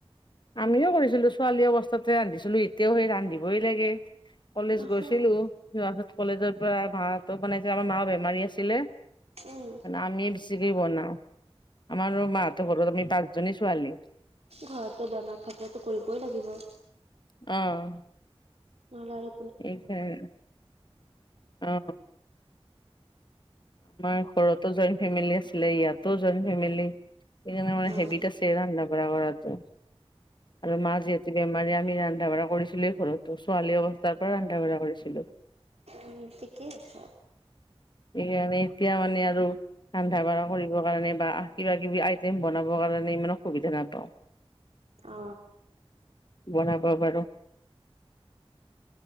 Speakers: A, on the left (about 50°); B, on the right (about 90°).
A: আমিও কৰিছিলো ছোৱালী অৱস্থাতে ৰান্ধিছিলো এতিয়াও সেই ৰান্ধিবই লাগে। কলেজ
B: অহ
A: গৈছিলো যোৱা পাছত কলেজৰ পৰাই ভাত বনাইছিলে আমাৰ মাও বেমাৰী আছিলে
B: উম
A: আমিয়ে বেছি বনাও আমাৰো মাহতৰ ঘৰত আমি পাঁচজনী ছোৱালী।
B: ঘৰতো বেমাৰ থাকিলেতো কৰিবই লাগিব।
A: অ
B: নালা
A: এ খাই অ আমাৰ ঘৰতো জইণ্ট ফেমিলি আছিলে ইয়াতো জইণ্ট ফেমিলি সেইকাৰণে মানে
B: অ
A: হেবিট আছি লে ৰান্ধা বাঢ়া কৰাটো আৰু মা যিহেতু বেমাৰী আমি ৰান্ধা বাঢ়া কৰিছিলোয়ে ঘৰতো ছোৱালী অৱস্থাৰ পৰাই ৰান্ধা বাঢ়া কৰিছিলোঁ
B: উম ঠিকেই আছে।
A: এয়া আমি এতিয়া মানে আৰু ৰান্ধা বাঢ়া কৰিবৰ কাৰণে বা কিবা কিবি আইটেম বনাবৰ কাৰণে ইমান সুবিধা নাপাওঁ।
B: অ
A: বনাব বাৰু